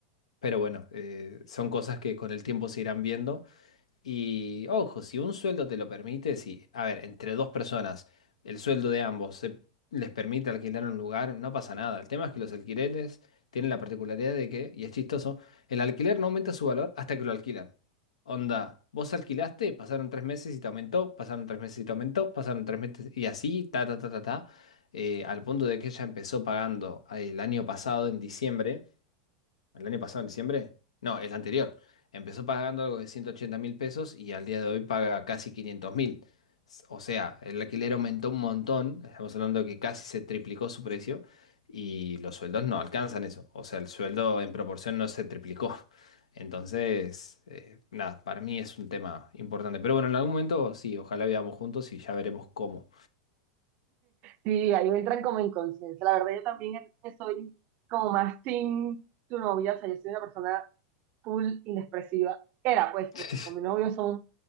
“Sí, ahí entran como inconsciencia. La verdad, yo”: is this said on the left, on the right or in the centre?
Right